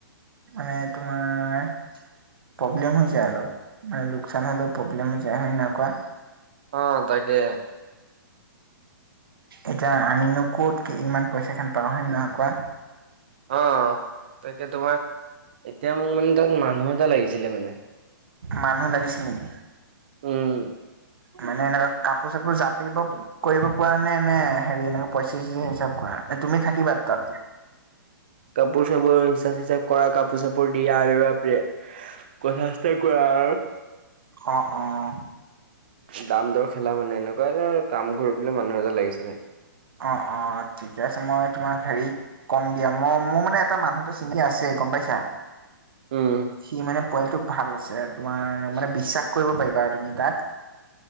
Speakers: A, on the right (about 80°); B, on the right (about 25°).
A: মানে তোমাৰ, প্ৰব্লেম হৈ যায় অলপ মানে লোকচান হ'লে প্ৰব্লেম হৈ যায় হয়নে নয় কোৱা
B: অঁ, তাকে
A: এতিয়া আমিনো কত ইমান পইচা খান পাওঁ হেয়নে নয় কোৱা,
B: অঁ, তাকে তোমাৰ এতিয়া মোক মানে তাত মানুহ এটা লাগিছিলে মানে?
A: মানুহ লাগিছিল নেকি,
B: উম
A: মানে এনেকুৱা কাপোৰ চাপোৰ জাপিব, কৰিব পৰা নে এনে হেৰি এনেকে পইচা চইচা হিচাপ কৰা তুমি থাকিবা তাত!
B: কাপোৰ চাপোৰ হিচাপ চিচাপ কৰা কাপোৰ চাপোৰ দিয়া আৰ এবা প্ৰে কথা চথা কোৱা আৰু,
A: অঁ, অঁ
B: দাম দৰ খেলা মানে এনেকুৱা এটা কাম কৰিবলে মানুহ এটা লাগিছিলে,
A: অ অ ঠিকে আছে মই তোমাক হেৰি কম দিয়া মই মোৰ মানে এটা মানুহ এটা চিনকি আছে গম পাইছা
B: উম
A: সি মানে পোৱালীটো ভাল আছে তোমাৰ মানে বিশ্বাস কৰিব পাৰিবা আৰু তুমি তাক